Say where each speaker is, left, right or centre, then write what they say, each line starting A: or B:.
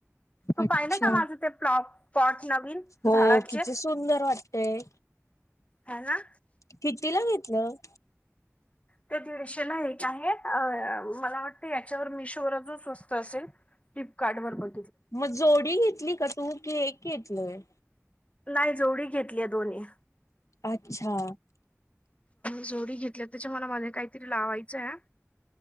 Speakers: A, on the left; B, on the left.
A: तू
B: अच्छा
A: पाहिलं का माझं ते प्लॉ पॉट नवीन
B: हो
A: झाडाचे
B: किती सुंदर वाटतेय.
A: ह ना
B: कितीला घेतलं?
A: ते दीडशे ना एक आहे. अ अ मला वाट याच्यावर मिशोवर अजून स्वस्त असेल फ्लिपकार्ट वर पण
B: म जोडी घेतली का तू की एक घेतलंय.
A: नाही जोडी घेतलीय दोन्ही
B: अच्छा
A: जोडी घेतल्या त्याच्या मला मधी काहीतरी लावायचं